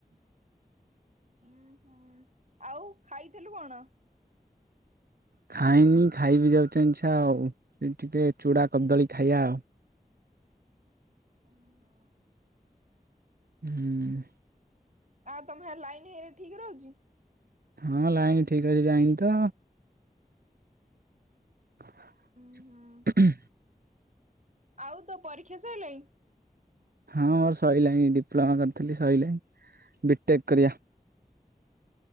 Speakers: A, on the right (about 50°); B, on the right (about 75°).
A: ହୁଁ ହୁଁ ଆଉ ଖାଇଥିଲୁ କଣ?
B: ଖାଇନି ଖାଇବି ଯାଉଛି ଆଇଛା ଆଉ ଟିକେ ଚୂଡ଼ା କଦଳୀ ଖାଇବା ଆଉ।
A: ଉମ୍ ହୁଁ
B: ହୁଁ
A: ଆଉ ତମ ଲାଇନ ହେଇନା ଠିକ ରହୁଛି?
B: ହଁ ଲାଇନ ଠିକ ଅଛି ଯାଇନି ତ? <inaudible>
A: ଉଁ ହୁଁ ଆଉ ତୋ ପରୀକ୍ଷା ସଇଲାଣି?
B: ହଁ ମୋର ସରିଲାଣିି ଡିପ୍ଲୋମା କରିଥିଲି ସଇଲାଣି ବିଟେକ୍ କରିବା।